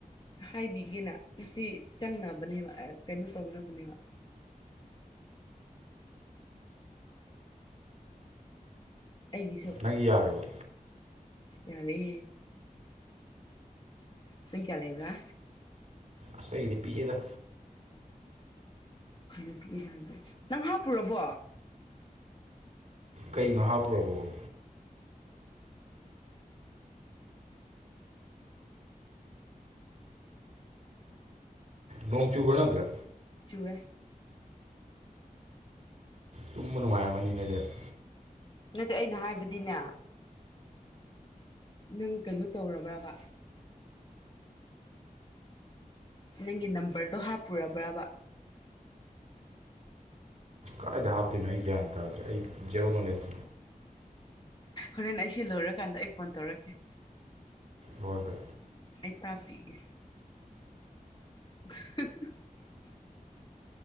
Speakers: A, on the left (about 35°); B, on the right (about 55°).
A: ꯍꯥꯏꯕꯤꯒꯦꯅ ꯉꯁꯤ ꯆꯪꯅꯕꯅꯦꯕ ꯀꯩꯅꯣ ꯇꯧꯅꯕꯅꯦꯕ ꯑꯩꯒꯤꯁꯨ
B: ꯅꯪꯒꯤ ꯌꯥꯈ꯭ꯔꯕ
A: ꯌꯥꯔꯦ ꯅꯪ ꯀꯌꯥ ꯂꯩꯕ꯭ꯔꯥ
B: ꯑꯁ ꯑꯩꯒꯤꯗꯤ ꯄꯤꯛꯑꯦꯗ
A: ꯀꯩꯅꯣ ꯄꯤꯛꯏꯗꯤ ꯅꯪ ꯍꯥꯞꯄꯨꯔꯕꯣ
B: ꯀꯩꯅꯣ ꯍꯥꯞꯄꯨꯔꯕꯣꯕꯣ ꯅꯣꯡ ꯆꯨꯕ꯭ꯔꯣ ꯅꯣꯢ ꯑꯗꯨꯗ
A: ꯆꯨꯍꯦ
B: ꯇꯨꯝꯕ ꯅꯨꯡꯉꯥꯏꯔꯝꯅꯤꯅꯦ ꯑꯗꯨꯗꯤ
A: ꯅꯠꯇꯦ ꯑꯩꯅ ꯍꯥꯏꯕꯗꯤꯅꯦ ꯅꯪ ꯀꯩꯅꯣ ꯇꯧꯔꯕ꯭ꯔꯕ ꯅꯪꯒꯤ ꯅꯝꯕꯔꯗꯣ ꯍꯥꯞꯄꯨꯔꯕ꯭ꯔꯕ
B: ꯀꯥꯏꯗ ꯍꯥꯞꯇꯣꯏꯅꯣ ꯑꯩ ꯒ꯭ꯌꯥꯟ ꯇꯥꯗ꯭ꯔꯦ ꯑꯩ ꯖꯦꯔꯣ ꯅꯣꯂꯦꯖ
A: ꯍꯣꯔꯦꯟ ꯑꯩꯁꯤ ꯂꯣꯏꯔꯀꯥꯟꯗ ꯑꯩ ꯐꯣꯟ ꯇꯧꯔꯛꯀꯦ
B: ꯍꯣꯏ ꯍꯣꯏ
A: ꯑꯩ ꯇꯥꯛꯄꯤꯒꯦ <inaudible>